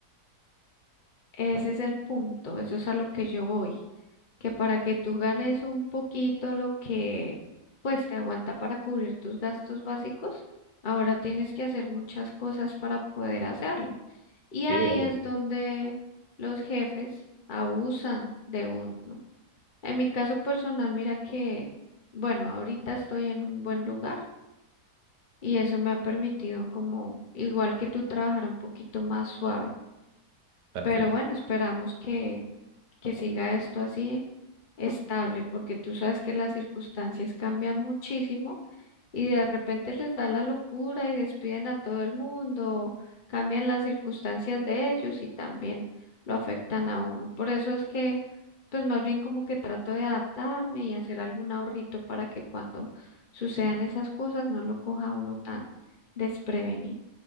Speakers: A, on the left; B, on the right.
A: ese es el punto, eso es a lo que yo voy, que para que tú ganes un poquito lo que pues te aguanta para cubrir tus gastos básicos, ahora tienes que hacer muchas cosas para poder hacerlo. Y
B: Sí,
A: ahí
B: obvio,
A: es donde los jefes abusan de uno. En mi caso personal, mira que, bueno, ahorita estoy en un buen lugar y eso me ha permitido como, igual que tú, trabajar un poquito más suave.
B: perfecto.
A: Pero bueno, esperamos que, que siga esto así estable, porque tú sabes que las circunstancias cambian muchísimo y de repente les da la locura y despiden a todo el mundo, cambian las circunstancias de ellos y también lo afectan a uno. Por eso es que, pues más bien como que trato de adaptarme y hacer algún ahorrito para que cuando sucedan esas cosas no lo coja uno tan desprevenido.